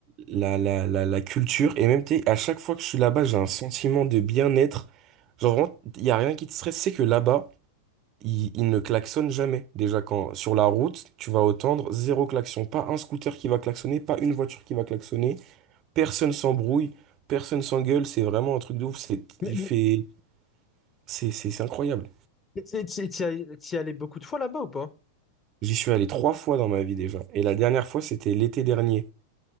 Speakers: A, on the right; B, on the left.
A: la, la, la, la culture, et même, tu sais, à chaque fois que je suis là-bas, j'ai un sentiment de bien-être. Genre, vraiment, il n'y a rien qui te stresse, c'est que là-bas, ils ils ne klaxonnent jamais. Déjà, quand sur la route, tu vas entendre zéro klaxon. Pas un scooter qui va klaxonner, pas une voiture qui va klaxonner. Personne s'embrouille, personne s'engueule. C'est vraiment un truc de ouf. C'est,
B: Mais,
A: il
B: mais
A: fait, c'est, c'est, c'est incroyable.
B: t'y t'y- t'y as- t'y es allé beaucoup de fois là-bas ou pas?
A: J'y suis allé trois fois dans ma vie déjà. Et la dernière fois, c'était l'été dernier.